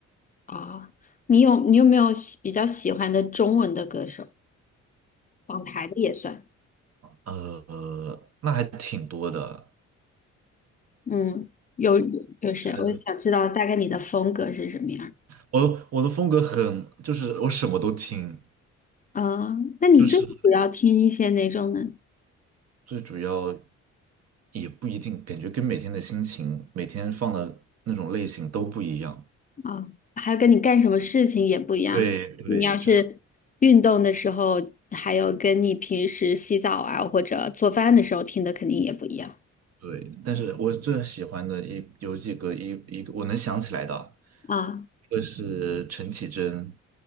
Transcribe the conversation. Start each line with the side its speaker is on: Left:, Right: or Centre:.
Left: 啊，你有你有没有喜比较喜欢的中文的歌手？港台的也算。
Right: 呃，那还挺多的。
Left: 嗯，有有谁？
Right: 是的，
Left: 我想知道大概你的风格是什么样儿
Right: 我的我的风格很，就是我什么都听，
Left: 啊，那你最主要听一些哪种呢？
Right: 就是最主要也不一定，感觉跟每天的心情、每天放的那种类型都不一样。
Left: 啊，还有跟你干什么事情也不一样。
Right: 对对，
Left: 你要是运动的时候，
Right: 就是
Left: 还有跟你平时洗澡啊或者做饭的时候听的肯定也不一样
Right: 对。但是我最喜欢的一有几个一一个我能想起来的，
Left: 啊。
Right: 一个是陈绮贞。